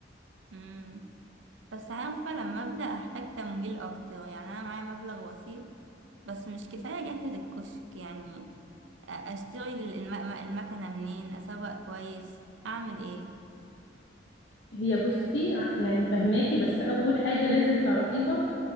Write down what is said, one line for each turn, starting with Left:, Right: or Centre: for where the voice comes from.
Right: مم. بس عارفة لما أبدأ أحتاج تمويل أكتر يعني أنا معايا مبلغ بسيط بس مش كفاية أجهز الكشك يعني أ- أشتري ال- الم- المكنة منين أسوق كويس أعمل إيه
Left: هي بصي ع- يعني فهماكي بس اول حاجه لازم تعرفيها